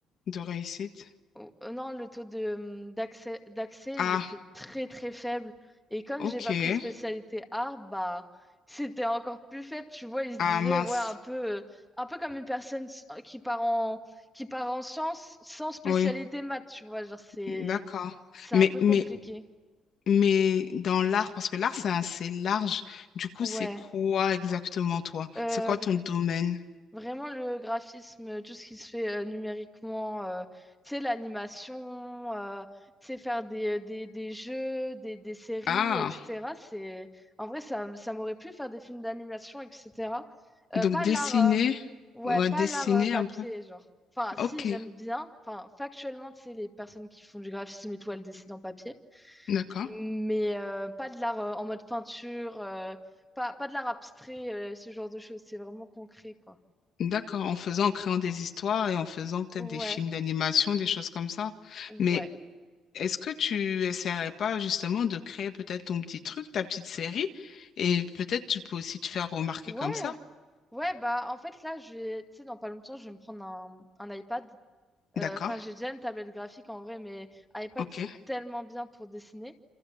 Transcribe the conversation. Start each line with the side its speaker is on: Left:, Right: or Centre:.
Left: De réussite.
Centre: Oh, euh, Non, le taux de, hum, d'accès, d'accès,
Left: Ah,
Centre: il était très très faible. Et comme
Left: ok.
Centre: j'ai pas pris spécialité art, bah c'était encore plus faible. Tu vois, il se disait,
Left: Ah, mince.
Centre: ouais, un peu, euh, un peu comme une personne s- euh, qui part en, qui part en sciences sans spécialité
Left: Oui,
Centre: maths, tu vois. Genre, c'est,
Left: D'accord.
Centre: c'est
Left: Mais,
Centre: un peu
Left: mais,
Centre: compliqué.
Left: mais dans l'art, parce que l'art, c'est assez large. Du coup,
Centre: Ouais.
Left: c'est quoi exactement toi?
Centre: Euh,
Left: C'est quoi ton domaine?
Centre: Vraiment le graphisme, tout ce qui se fait euh, numériquement, euh, tu sais, l'animation, euh, tu sais, faire des, euh, des, des jeux, des, des séries,
Left: Ah,
Centre: etc. C'est... En vrai, ça, ça m'aurait plu faire des films d'animation, etc. Euh,
Left: donc
Centre: pas
Left: dessiner,
Centre: l'art, euh, ouais,
Left: ouais,
Centre: pas
Left: dessiner
Centre: l'art euh, papier,
Left: un peu.
Centre: genre. Enfin, si,
Left: Ok,
Centre: j'aime bien. Enfin, factuellement, tu sais, les personnes qui font du graphisme et tout, elles dessinent en papier.
Left: d'accord.
Centre: Mais euh, pas de l'art euh, en mode peinture, euh, pas, pas de l'art abstrait, euh, ce genre de choses. C'est vraiment concret, quoi.
Left: D'accord, en faisant, en créant des histoires et en faisant peut-être
Centre: Ouais.
Left: des films d'animation, des choses comme ça.
Centre: Ouais,
Left: Mais est-ce que tu essaierais pas justement de créer peut-être ton petit truc, ta petite série, et peut-être tu peux aussi te faire remarquer
Centre: ouais,
Left: comme ça?
Centre: ouais, bah en fait là, j'ai, tu sais, dans pas longtemps, je vais me prendre un, un iPad.
Left: D'accord,
Centre: Euh, Enfin, j'ai déjà une tablette graphique en vrai, mais iPad,
Left: ok.
Centre: c'est tellement bien pour dessiner.